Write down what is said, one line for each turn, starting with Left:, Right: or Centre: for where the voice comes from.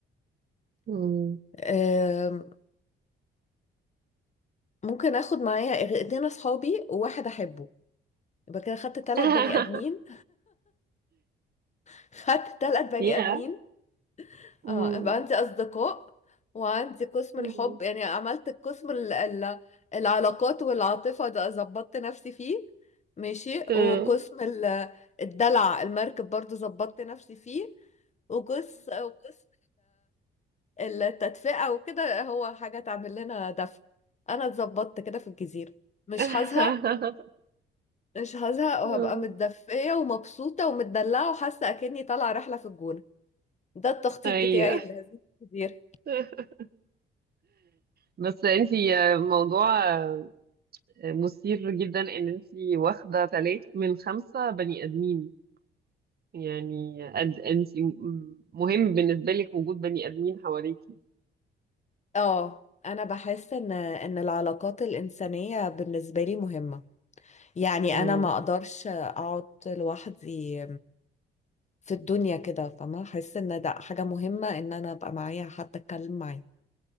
Right: مم.
Left: آم، ممكن اخد معايا غ- اتنين اصحابي وواحد احبه يبقى كده خدت تلات
Right: <laughs>
Left: بني ادمين <laughs> خدت تلات بني
Right: يا
Left: ادمين
Right: مم.
Left: اه يبقى عندي اصدقاء وعندي قسم
Right: مم.
Left: الحب يعني عملت القسم ال- ال- العلاقات والعاطفة ده ظبطت نفسي فيه ماشي
Right: آه.
Left: وقسم ال- الدلع المركب برضو ظبطت نفسي فيه وقس وقسم ال- التدفئة وكده هو حاجة تعمل لنا دفء انا اتظبطت كده في الجزيرة مش
Right: <laughs>
Left: هزهق مش هزهق وهبقى
Right: <laughs> مم.
Left: متدفية ومبسوطة ومتدلعة وحاسة اكني طالعة رحلة في الجونة ده التخطيط
Right: ايوه
Left: بتاعي لهذه الجزيرة
Right: <laughs> بس انتي موضوع آه، مثير جدا ان انتي واخده تلاتة من خمسة بني ادمين يعني قد انتي م- مهم بالنسبه لك وجود بني ادمين حواليكي
Left: اه انا بحس ان ان العلاقات الانسانيه بالنسبه لي مهمه يعني
Right: مم.
Left: انا ما اقدرش اقعد لوحدي في الدنيا كده فما احس ان ده حاجه مهمه ان انا ابقى معايا حد اتكلم معاه